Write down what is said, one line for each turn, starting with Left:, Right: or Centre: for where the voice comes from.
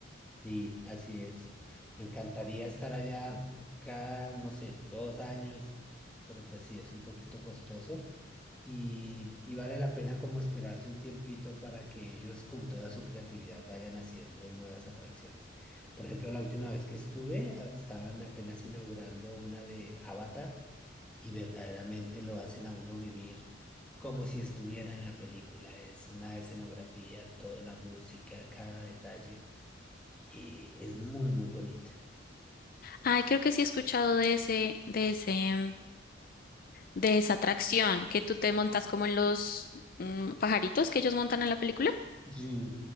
Centre: Sí, así es. Me encantaría estar allá cada, no sé, dos años, pero pues sí, es un poquito costoso y, y vale la pena como esperarse un tiempito para que ellos con toda su creatividad vayan haciendo nuevas atracciones. Por ejemplo, la última vez que estuve, a- estaban apenas inaugurando una de Avatar y verdaderamente lo hacen a uno vivir como si estuviera en la película. Es una escenografía, toda la música, cada detalle eh, es muy, muy bonita.
Left: Ay, creo que sí he escuchado de ese, de ese, mm, de esa atracción que tú te montas como en los mm, pajaritos que ellos montan en la película.
Centre: Sí,